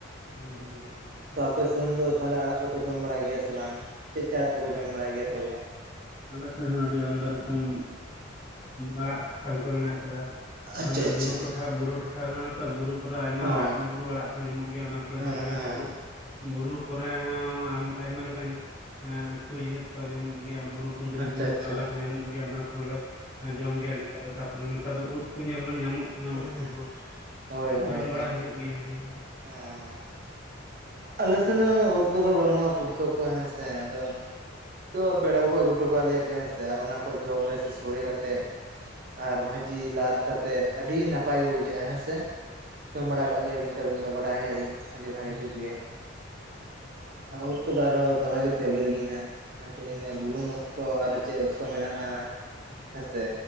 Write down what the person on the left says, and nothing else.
ᱦᱩᱸ ᱦᱩᱸ ᱦᱩᱸ ᱦᱩᱸ᱾
ᱦᱮᱸ ᱦᱮᱸ ᱟᱹᱰᱤ ᱟᱢᱫᱟ ᱨᱚᱠᱚᱢ ᱟᱲᱟᱜ ᱥᱟᱠᱟᱢ ᱠᱚ ᱢᱮᱱᱟᱜ ᱟᱠᱟᱫᱟ᱾ ᱟᱞᱮᱫᱚ
ᱵᱩᱨᱩ ᱴᱚᱴᱷᱟ ᱵᱩᱨᱩ ᱴᱚᱴᱷᱟ ᱠᱟᱱᱟᱞᱮ ᱛᱚ ᱵᱩᱨᱩ ᱠᱚᱨᱮ ᱟᱭᱢᱟ ᱟᱲᱟᱜ
ᱵᱩᱨᱩ ᱟᱲᱟᱜ ᱠᱚ ᱧᱟᱢᱚᱜ ᱜᱮᱭᱟ, ᱚᱱᱟ ᱞᱮ
ᱡᱚᱢ ᱜᱮᱭᱟ
ᱵᱩᱨᱩ ᱵᱩᱨᱩ ᱠᱚᱨᱮ ᱦᱚᱸ ᱟᱭᱢᱟ ᱞᱮᱠᱟᱱ ᱩᱛᱩ ᱡᱤᱱᱤᱥ ᱠᱚ ᱧᱟᱢᱚᱜ ᱜᱮᱭᱟ ᱵᱩᱨᱩ ᱠᱩᱸᱫᱽᱨᱤ
ᱵᱩᱨᱩ
ᱠᱟᱞᱞᱟ
ᱠᱚ ᱧᱟᱢᱚᱜ ᱜᱮᱭᱟ, ᱚᱱᱟ ᱠᱚᱞᱮ ᱡᱚᱢ ᱜᱮᱭᱟ ᱱᱤᱛᱚᱜ ᱫᱚ᱾ ᱱᱮᱛᱟᱨ ᱫᱚ ᱩᱫ ᱠᱚ ᱧᱮᱞ ᱵᱮᱱ ᱧᱟᱢᱚᱜ ᱠᱟᱱᱟ,
ᱩᱫ ᱠᱚᱦᱚᱸ
ᱡᱚᱢ ᱵᱟᱲᱟ
ᱦᱩᱭᱩᱜ ᱜᱮᱭᱟ᱾ <inaudible>
ᱦᱩᱸ
ᱦᱩᱸ
ᱦᱩᱸ ᱦᱩᱸ